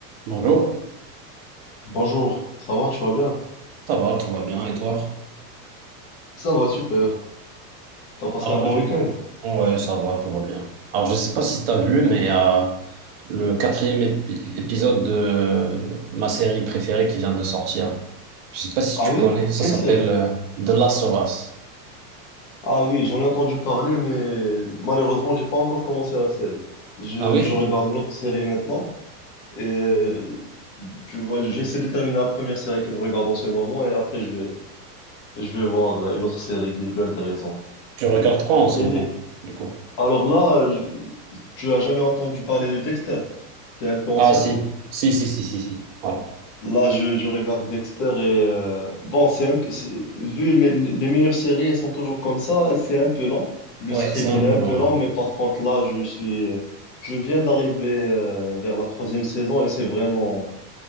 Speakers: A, on the right (about 40°); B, on the left (about 35°).
A: Bonjour,
B: Bonjour, ça va, tu vas bien?
A: ça va, tout va bien, et toi?
B: Ça va, super. T'as passé
A: Alors,
B: un bon
A: je...
B: week-end?
A: ouais, ça va, tout va bien. Alors, je sais pas si tu as vu, mais euh, le quatrième épi- épisode de ma série préférée qui vient de sortir, je sais pas si
B: Ah
A: tu
B: oui?
A: connais, ça
B: Quelle
A: s'appelle
B: série?
A: euh, The Last of Us.
B: Ah oui, j'en ai entendu parler, mais malheureusement, j'ai pas encore commencé la série. Je,
A: Ah oui?
B: je regarde une autre série maintenant, et euh, tu vois, j'essaie de terminer la première série que je regarde en ce moment, et après, je vais, je vais voir une autre série qui est plus intéressante.
A: Tu regardes quoi en ce
B: Et
A: moment,
B: les-
A: du coup?
B: Alors là, je- tu as jamais entendu parler de Dexter? C'est un peu ancien.
A: Ah si, si, si, si, si, si. Ouais,
B: Là, je, je regarde Dexter et euh, bon, c'est un peu- c'est- vu les, les meilleures séries, elles sont toujours comme ça. C'est un peu lent. Le
A: Ouais,
B: script,
A: c'est un
B: il
A: peu
B: est un
A: long,
B: peu lent,
A: hein.
B: mais par contre, là, je suis, euh, je viens d'arriver euh, vers la troisième saison et c'est vraiment,